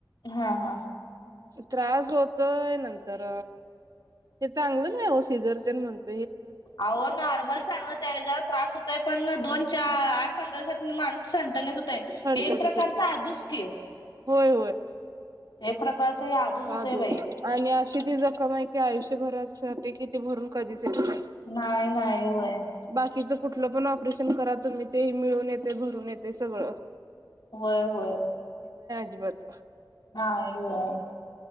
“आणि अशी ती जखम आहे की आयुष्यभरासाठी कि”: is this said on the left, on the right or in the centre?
Right